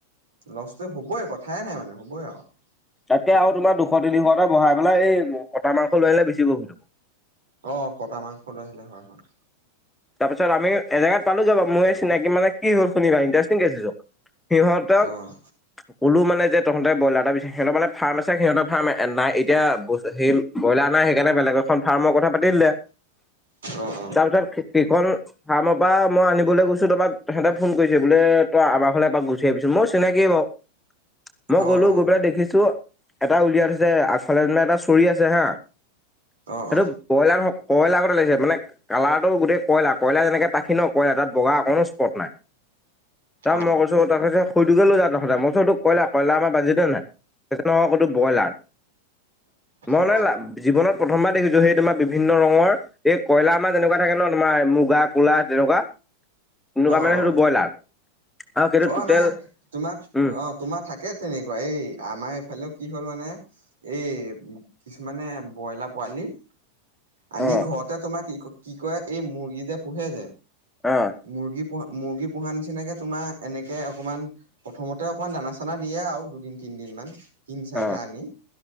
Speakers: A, on the right; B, in the centre.
A: লষ্টটো হ'বই কথাইে নাই মানে হ'বই আৰু।
B: তাতকে
A: সেইটো
B: আৰু তোমাৰ দুশ তিনিশটা বঢ়াই পেলাই এই কটা মাংস লৈ আহিলে বেছি বহি
A: অ', কটা মাংস লৈ আহিলে হয় হয়।
B: তাৰপিছত আমি এ জেগাত পালো যাব মোৰে চিনাকি মানে কি হ'ল শুনিবা ইণ্টাৰেষ্টিং কেছ সেইটো। সিহঁতক
A: অ',
B: ক'লো মানে যে তহঁতে ব্ৰইলাৰ এটা বিছ সিহঁতৰ মানে ফাৰ্ম আছে সিহঁতৰ ফাৰম নাই এতিয়া সেই ব্ৰইলাৰ নাই। সেই কাৰণে বেলেগ এখন ফাৰ্মৰ কথা পাতি দিলে।
A: অ',
B: তাৰ পিছত সেইখন ফাৰ্ম তাৰ পৰা মই আনিবলৈ গৈছো তপ পৰা সিহঁতে ফোন কৰিছে বোলে। তই আমাৰ ফালে এপাক গুচি আহিছো মই চিনাকিয়ে বাৰু। <inaudible> মই
A: অ',
B: গ'লো
A: অ', অ',
B: গৈ পেলাই দেখিছো এটা উলিয়াইছে আগফালে দি এটা চৰি আছে হা।
A: অ',
B: সেইটো
A: অ',
B: ব্ৰইলাৰ কয়লাৰতে লাগিছে মানে কালাৰটো গোটেই কয়লা কয়লা যেনেকে পাখি ন কয়লা তাত বগা অকনো স্পট নাই। তাৰ
A: অ',
B: পিছত মই কৈছো তাৰ সৈটোকে লৈ যা তহঁতে মই তো এইটো কয়লা, কয়লা আমাৰ বাজিতে নাই। সেইটো নহয় সেইটো ব্ৰইলাৰ। মই
A: অ',
B: মানে জীৱনত প্ৰথমবাৰ দেখিছো সেই তোমাৰ বিভিন্ন ৰঙৰ। এই কয়লা আমাৰ যেনেকুৱা থাকে ন তোমাৰ মুগা কোলা তেনেকুৱা। এনেকুৱা
A: অ', অ',
B: মানে
A: অ',
B: সেইটো ব্ৰইলাৰ। আৰু সেইটো
A: অ',
B: টোটেল
A: নাই তোমাৰ
B: উম
A: অ' তোমাৰ থাকে তেনেকুৱা। এই আমাৰ এইফালে কি হ'ল মানে এই কিছুমানে ব্ৰইলাৰ পোৱালি আনি
B: অ
A: ঘৰতে তোমাক কি কি কৰে এই মুৰ্গী যে পোহে যে
B: অ
A: মুৰ্গী পো মুৰ্গী পোহা নিচিনাকে তোমাৰ এনেকে অকমান প্ৰথমতে অকণমান দানা চানা দিয়ে আৰু দুদিন তিনদিন। তিন চাৰিটা
B: অ
A: আনি।